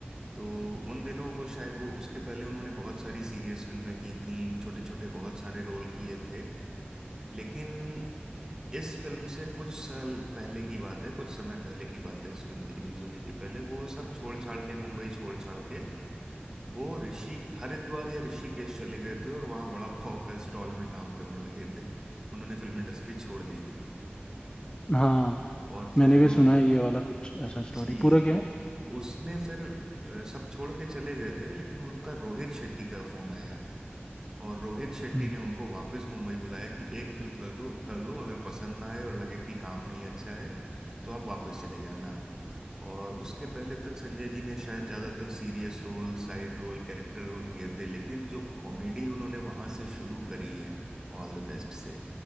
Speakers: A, on the right; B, on the left.
A: तो उन दिनों वो शायद वो उसके पहले उन्होंने बहुत सारी सीरियस फिल्में की थीं छोटे छोटे बहुत सारे रोल किए थे लेकिन इस फिल्म से कुछ साल पहले की बात है कुछ समय पहले की बात है इस फिल्म के रिलीज होने के पहले वो सब छोड़ छाड़ के मुंबई छोड़ छाड़ के वो ऋषि हरिद्वार या ऋषिकेश चले गए थे और वहाँ वड़ा पाव का स्टॉल में काम करने लगे थे उन्होंने फिल्म इंडस्ट्री छोड़ दी थी
B: हाँ
A: और फिर
B: मैंने
A: रो
B: भी सुना है ये वाला कुछ ऐसा
A: जी
B: स्टोरी पूरा क्या
A: तो
B: है
A: उसने फिर अ, सब छोड़ के चले गए थे लेकिन उनका रोहित शेट्टी का फोन आया और रोहित शेट्टी
B: हम्म,
A: ने उनको वापस मुंबई बुलाया कि एक फिल्म कर दो कर लो अगर पसंद ना आए और लगे कि काम नहीं अच्छा है तो आप वापस चले जाना और उसके पहले तक संजय जी ने शायद ज्यादातर serious role side role character role किए थे लेकिन जो कॉमेडी उन्होंने वहां से शुरू करी है ऑल द बेस्ट से